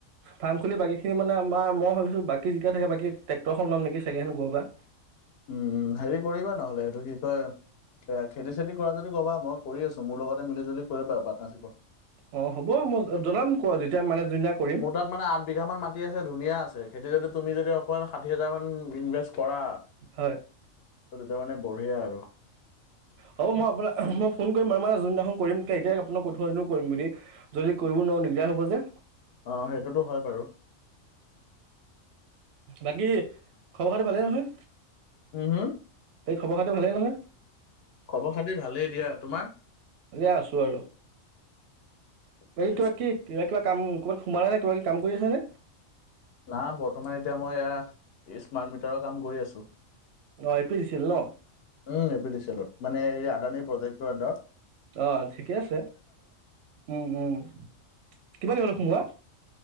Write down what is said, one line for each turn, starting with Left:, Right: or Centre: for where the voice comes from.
Right: ফাৰ্ম খুলি বাকী সি মানে আম মই ভাবিছো বাকী জিকা থাকে বাকী ট্ৰে্ৰনলাম নেকি চাগে গ'া
Left: উম হেৰি কৰিবা নহ'লে এইটো কি কয় খেতি চেতি কৰা যদি ক'বা মই কৰি আছো মোৰ লগতে মিল জুলি কৰিব পাৰ পাৰ্টনাৰশ্বিপত
Right: অ হ'ব মই জনাম কোৱা যেতিয়া মানে যোনদিনা কৰিম
Left: মোৰ তাত মানে আঠ বিঘা মান মাটি আছে ধুনীয়া আছে খেতি যদিুমি যদি অকণমান ষাঠি হাজাৰ মান ইনভেষ্ট কৰা
Right: হয়
Left: তেতিয়া মানে বঢ়িয় আৰু
Right: হ'ব মই আপোনাক মই ফোন মানে যোননাখোন কৰিম এতিয়া আপোনাক কঠো কৰিম বুলি যদি কৰিব ন নিগদাৰ হব যে
Left: আহ সেইটোতো হয় বাৰু
Right: বাকী খবৰ খাটো ভালেই নহয়
Left: উম হম
Right: এই খবৰ খাটো ভালেই নহয়
Left: খবৰ খাতিৰ ভালেই দিয়া তোমাৰ
Right: এয়া আছোঁ আৰু
Left: ঠিকে
Right: কিবা
Left: আছে।
Right: কি কিবা কিবা কাম কৰবাত সোমাল নাই নে কিবা ক কাম কৰি আছে নে
Left: না বৰ্তমান এতিয়া মই এয়া স্মাৰ্ট মিটাৰৰ কাম কৰি আছো।
Right: অ' A P D C L ন
Left: উম এপিদিছি এলত মানে এই আদানী প্ৰজেক্টটোৰ আন্দাৰত
Right: অ' ঠিকে আছে উম উম কমানা হ'লো সোমোৱা